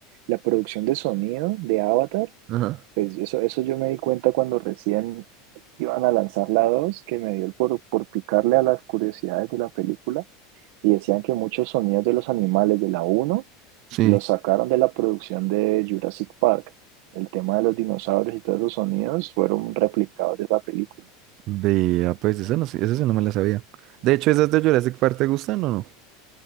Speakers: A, on the right; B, on the right.
A: la producción de sonido de Avatar,
B: Ajá.
A: pues eso, eso yo me di cuenta cuando recién iban a lanzar la dos que me dio por, por picarle a las curiosidades de la película y decían que muchos sonidos de los animales de la uno
B: Sí,
A: los sacaron de la producción de Jurassic Park. El tema de los dinosaurios y todos esos sonidos fueron replicados de esa película.
B: vea, pues eso no, sé, eso sí no me la sabía. De hecho, ¿esas de Jurassic Park te gustan o no?